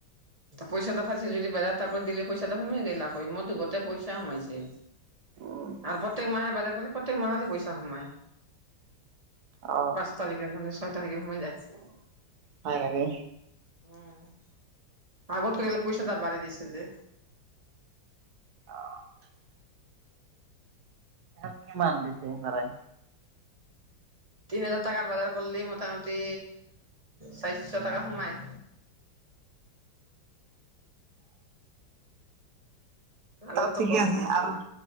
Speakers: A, on the right; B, on the right.
A: পইচাটা ফাইছে যদি বোৰ তাকত দিলে পইচাটো সোমাই গৈ লাখ হয় মইত গতেই পইচা সোমাইছে।
B: উম
A: আৰু প্ৰত্যেক মাহে বাৰ কৰি প্ৰত্যেক মাহতে পইচা সোমায়।
B: অ,
A: তাৰিখে মানে ছয় তাৰিখে সোমাই যায়।
B: হয় নেকি।
A: উম আগত কৰিল পইচা যে বাঢ়ি দিছে যে।
B: অ তাক কিমান দিছে ভাৰাই,
A: তিন হাজাৰ টকা বজাৰ কৰিলি মোটামুটি চাৰিশ টকা সোমাই। আগতেতো
B: তাত ঠিকে
A: কম
B: আছে
A: সোমাইছিল
B: আৰু
A: না